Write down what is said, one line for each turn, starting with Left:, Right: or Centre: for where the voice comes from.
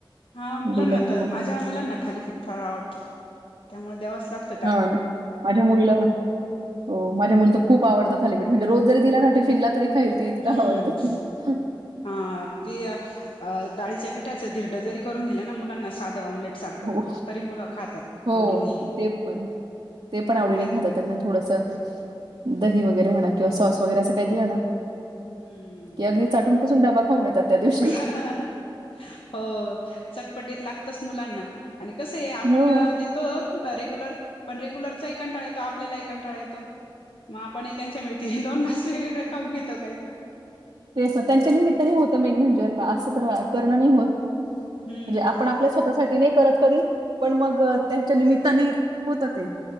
Left: हा मुलांना
Right: दिलं की
Left: तर
Right: मग
Left: माझ्या मुलांना थालीफीट फार आवडतं त्यामुळे द्यावच लागत
Right: हो ना माझ्या मुलीला हो माझ्या मुलीला तर खूप आवडत थालीपीठ म्हणजे रोज जरी दिलना टिफिनला तरी खाईल ती इतकं
Left: हम्म
Right: आवडतं तिला.
Left: हा ती डाळीच्या पिठाचं धिरडं जरी करून दिलं ना मुलांना साधं ऑमलेट सारखं
Right: हो.
Left: तरी मुलं खातात
Right: हो
Left: आवडीने.
Right: ते पण
Left: हम्म,
Right: ते पण आवडीने
Left: त्यात
Right: खातात त्यांना थोडंसं दही वगैरे म्हणा किंवा सॉस वगैरे असं काही दिलं न
Left: हम्म
Right: की अगदी चाटूनपसून डबा खावुन येतात त्या दिवशी
Left: ह
Right: मग.
Left: ह हो चटपटीत लागतच मुलांना आणि कसं आहे आपण
Right: हो.
Left: दे तो रेग्युलर पण रेग्युलरचाही कंटाळा येतो आपल्याला कंटाळा येतो मग आपण त्यांच्या मिळते दोन घास वेग वेगळे खाऊन घेतो काही पण
Right: तेच ना
Left: हम्म
Right: त्यांच्या निमित्ताने होत मेन म्हणजे का असं तर करणं नाही होत.
Left: हम्म
Right: म्हणजे आपण आप आपल्या स्वतःसाठी नाही करत कधी पण मग त्यांच्या निमित्तानि होत ते.